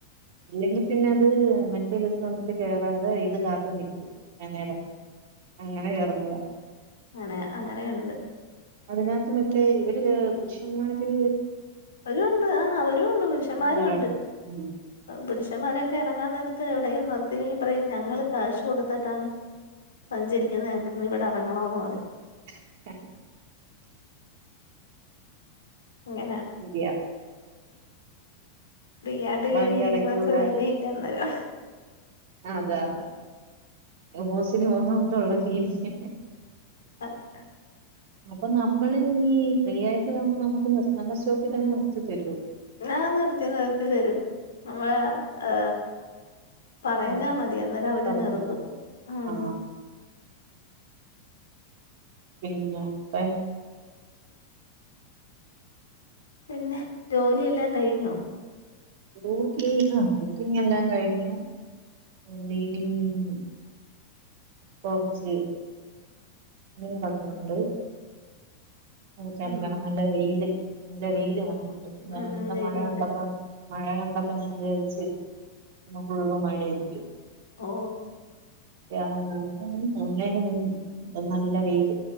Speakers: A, on the right (about 50°); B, on the left (about 65°).
A: അല്ലെങ്കി പിന്നെ അത് മ റ്റ ബസ്സ് വന്നിട്ട് കേറാതെ ഇത് കാത്ത് നിക്കും. അ നേരം അങ്ങനെ കേയറുന്നില്ല.
B: അനെ അങ്ങനെയുണ്ട്.
A: അതിനകത്ത് മറ്റേ ഇവര് പുരുഷന്മാര്
B: ഒരു ഉണ്ട് ആ ഒരു ഉണ്ട് പുരുഷമ്മാരും
A: കേറുന്നവരുണ്ട്
B: ഉണ്ട്
A: ഉം
B: പുരുഷന്മാരൊക്കെ ഇറങ്ങാൻ നേര എവിടെയും നിർത്തില്ലെങ്കി പറയും ഞങ്ങൾ കാശ് കൊടുത്തിട്ടാണ് സഞ്ചരിക്കുന്നത് ഞങ്ങക്ക്ന്ന് ഇവിടെ ഇറങ്ങണന്ന് പറയും.
A: <unintelligible>
B: ഇങ്ങനെ
A: ശരിയ
B: ഫ്രീയാട്ട് കേയറിയിരിക്കുന്നവർക്ക്
A: അതിന്റെ ഇടയ്ക്കൂടെ
B: വെലയില്ലന്നരം
A: അത അത ഓസിന് മൂന്നോട്ടുള്ള ഫീലിങ്
B: അ
A: അപ്പൊ നമ്മള് ഈ ഫ്രീ ആയിട്ട് കാവുമ്പോ നമുക്ക് നിർത്തണ്ട സ്റ്റോപ്പിൽ തന്നെ നിർത്തി തരുോ
B: ആ നിർത്തി നിർത്തിൽ തരും നമ്മ ഏ പറഞ്ഞാ
A: നിർത്തിക്കോ
B: മതി അന്നേരം അവര്
A: പറഞ്ഞ
B: നിർത്തും ഉ
A: ആ പിന്നെ പെ
B: പിന്നെ ജോലിയെല്ലാം കഴിഞ്ഞോ
A: ജോലി ആ കുക്കിങ് എല്ലാം കഴിഞ്ഞു <unintelligible> കുറച്ച് തുണികളൊക്കെ ഉണ്ട് അതൊക്കെ അലക്കണം
B: ഉം
A: നല്ല വെയില് നല്ല വെയില് കാണുന്നുണ്ട് രാവിലത്തെ
B: ഉം വെയിലുണ്ട്
A: മഴ കണ്ടപ്പം മഴ കണ്ടപ്പം ഞാൻ വിചരിച്ച് ഇന്ന് ഫുള്ള് മഴ ആയിരിക്കും
B: ഓ
A: ആ അങ്ങന നി അങ്ങനെ നിന്നു ഇപ്പ നല്ല വെയിലു